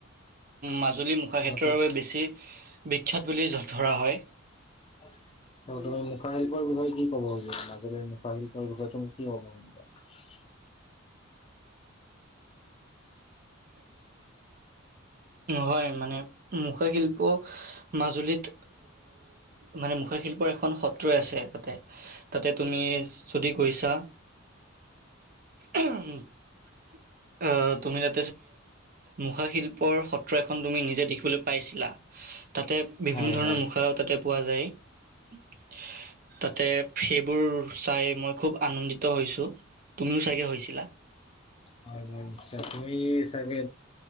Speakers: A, on the right; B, on the left.
A: মাজুলী মুখাক্ষেত্ৰৰ
B: সিহঁতক
A: বাবে বেছি- বিখ্যাত বুলি ধৰা হয়।
B: তুমি মুখাশিল্পৰ বিষয়ে কি কব খুজা মাজু- মাজুলীৰ মুখাশিল্পৰ বিষয়ে তুমি কি ক'ব খোজা?
A: হয় মানে- মুখাশিল্প মাজুলীত মানে মুখাশিল্পৰ এখন সত্ৰই আছে তাতে তাতে তুমি যদি গৈছা- অ তুমি- মুখাশিল্পৰ সত্ৰ এখন তুমি নিজে দেখিবলৈ পাইছিলা- তাতে বিভিন্ন
B: হয়
A: ধৰণৰ
B: হয়।
A: মুখা তাতে পোৱা যায়। <unintelligible> তাতে সেইবোৰ চাই মই খুব আনন্দিত- হৈছো। তুমিও চাগে হৈছিলা?
B: হয় হয় নিশ্চয়। তুমি চাগে